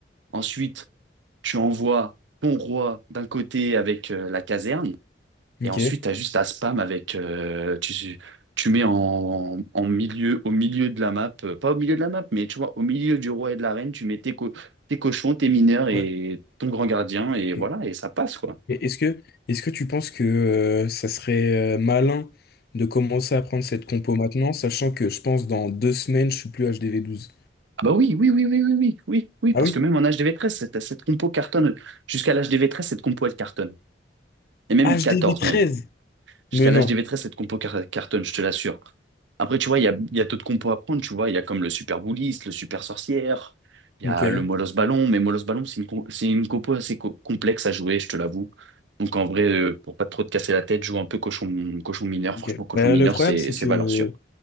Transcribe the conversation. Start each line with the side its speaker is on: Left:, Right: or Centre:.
Right: Ensuite, Tu envoies ton roi d'un côté avec euh, la caserne,
Left: Ok.
Right: et ensuite tu as juste à spam avec. euh, tu, tu mets en, en milieu, au milieu de la map, euh, pas au milieu de la map, mais tu vois, au milieu du roi et de la reine, tu mets tes, co- tes cochons, tes mineurs et
Left: Ouais.
Right: ton grand gardien, et
Left: ok.
Right: voilà, et ça passe, quoi.
Left: Et est-ce que, est-ce que tu penses que euh, ça serait euh, malin de commencer à prendre cette compo maintenant, sachant que je pense dans deux semaines, je suis plus HDV 12.
Right: Ah bah oui, oui, oui, oui, oui, oui, oui, oui,
Left: Ah
Right: parce
Left: oui?
Right: que même en H D v treize cette, cette compo cartonne. Jusqu'à l'H D v treize cette compo, elle cartonne. Et même
Left: HDV
Right: 14
Left: 13?
Right: même. Jusqu'à
Left: Mais
Right: l'HDV13,
Left: non.
Right: cette compo car- cartonne, je te l'assure. Après, tu vois, il y a, il y a d'autres compos à prendre, tu vois. Il y a comme le Super Bouliste, le Super Sorcière, il y
Left: Ok.
Right: a le Molos Ballon, mais Molos Ballon, c'est une, com- c'est une compo assez co- complexe à jouer, je te l'avoue. Donc en vrai, euh, pour pas trop te casser la tête, joue un peu cochon, cochon mineur.
Left: Ok.
Right: Franchement, cochon
Left: Bah,
Right: mineur,
Left: le problème,
Right: c'est
Left: c'est
Right: c'est
Left: que,
Right: valeur sûre.